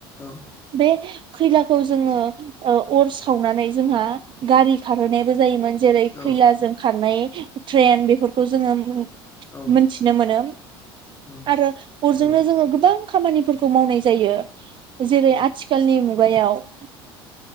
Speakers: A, on the left (about 15°); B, on the right (about 40°).
A: औ
B: बे खैलाखौ जोङो ओ अर सावनानै जोंहा गारि खारहोनायाबो जायोमोन। जेरै
A: औ
B: खैलाजों खारनाय ट्रेन बेफोर खौ जोङो
A: औ
B: मोनथिनो मोनो
A: औ
B: आरो अरजोंनो
A: नंगौ
B: जोङो गोबां खामानिफोरखौ मावनाय जायो। जेरै
A: औ
B: आथिखालनि मुगायाव ।